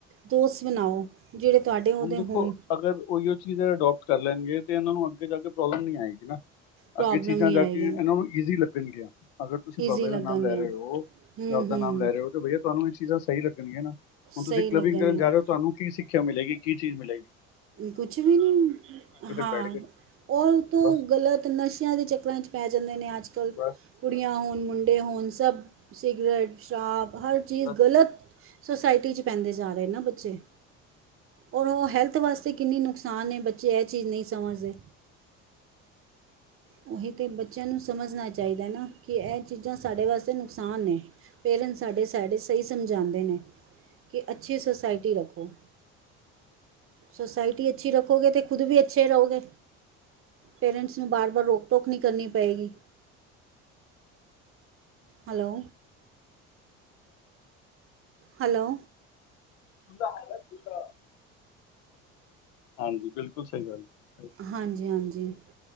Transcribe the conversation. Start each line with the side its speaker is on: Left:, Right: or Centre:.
Right: ਦੋਸਤ ਬਨਾਓ ਜੇੜੇ ਤੂਆਡੇ ਔਦੇ
Left: ਹੁਣ ਦੇਖੋ
Right: ਹੋਨਂ।
Left: ਅਗਰ ਔਈਔ ਚੀਜ਼ ਅਡੋਪਟ ਕਰ ਲੈਣਗੇ, ਤੇ ਉਨਾਂ ਨੂੰ ਅੱਗੇ ਜਾ ਕੇ ਪ੍ਰੌਬਲਮ ਨੀ ਆਏਗੀ ਨਾ।
Right: ਪ੍ਰੋਬਲਮ
Left: ਅੱਗੇ ਚੀਜ਼ਾਂ
Right: ਨਹੀਂ
Left: ਜਾਕੇ,
Right: ਆਏਗੀ
Left: ਏਨਾਂ ਨੂੰ ਈਜ਼ੀ ਲੱਗਣਗੀਆ। ਅਗਰ ਤੁਸੀ
Right: ਈਜ਼ੀ
Left: ਬਾਬੇ ਦਾ
Right: ਲੱਗਣਗੀਆਂ
Left: ਨਾਮ ਲੈ ਰੇ ਹ ਔ,
Right: ਹੂੰ
Left: ਰੱਬ ਦਾ
Right: ਹੂੰ
Left: ਨਾਮ ਲੈ ਰੇ ਔ- ਬਯਾ ਤੁਹਾਨੂੰ ਇਹ ਚੀਜ਼ਾਂ ਸਹੀ ਲੱਗਣਗੀਆਂ ਨਾ, ਹੁਣ ਤੁਸੀਂ
Right: ਸਹੀ
Left: ਕਲੱਬਿੰਗ
Right: ਲੱਗਣਗੀਆਂ
Left: ਕਰਨ ਜਾ ਰਹੇ ਹੋ, ਤੁਹਾਨੂੰ ਕੀ ਸਿੱਖਿਆ ਮਿਲੇਗੀ। ਕੀ ਚੀਜ਼ ਮਿਲੇਗੀ? ਵੜੜੜੜਟਰੜਵਲ
Right: ਕੁਛ ਵੀ ਨੀ, ਹਾਂ,
Left: ਬੈਠ ਗਏ
Right: ਔ ਤੇ
Left: ਬਸ
Right: ਗਲਤ ਨਸ਼ਿਆਂ ਦੇ ਚੱਕਰਾਂ'ਚ ਪੈ ਜਾਂਦੇ ਨੇ ਆਜ-ਕਲ,
Left: ਬਸ
Right: ਕੁੜੀਆਂ
Left: ਬਸ
Right: ਹੋਣ, ਮੁੰਡੇ ਹੋਣ, ਸਭ ਸਿਗਰੇਟ, ਸ਼ਰਾਬ ਹਰ ਚੀਜ਼
Left: ਬਸ
Right: ਗਲਤ ਸੋਸਾਇਟੀ'ਚ ਪੈਂਦੇ ਜਾ ਰੇ ਨਾ ਬੱਚੇ, ਔਰ ਔ ਹੈਲ ਤ ਵਾਸਤੇ ਕਿੰਨੀ ਨੁਕਸਾਨ ਏ, ਬੱਚੇ ਐ ਚੀਜ਼ ਨਹੀਂ ਸਮਝਦੇ। ਉਹੀ ਤੇ ਬੱਚਿਆਂ ਨੂੰ ਸਮਝਣਾ ਚਾਹੀਦਾ ਨਾ, ਕਿ ਇਹ ਚੀਜ਼ਾਂ ਸਾਡੇ ਵਾਸਤੇ ਨੁਕਸਾਨ ਨੇ ਪੇਰੈਂਟਸ ਸਾਡੇ ਸਾਈਡੇ ਸਹੀ ਸਮਝਾਉਦੇ ਨੇ, ਕਿ ਅੱਛੀ ਸੋਸਾਇਈਟੀ ਰੱਖੋ ਸੋਸਾਇਟੀ ਅੱਛੀ ਰੱਖੋਗੇ, ਤੇ ਖੁਦ ਵੀ ਅੱਛੇ ਰਹੋਗੇ ਪੇਰੈਂਟਸ ਨੂੰ ਬਾਰ-ਬਾਰ ਰੋਕ ਟੋਕ ਨਹੀਂ ਕਰਨੀ ਪਏਗੀ। Hello hello.
Left: <unintelligible> ਹਾਂਜੀ ਬਿਲਕੁਲ ਸਹੀ ਗੱਲ ਹੈ।
Right: ਹਾਂਜੀ-ਹਾਂਜੀ।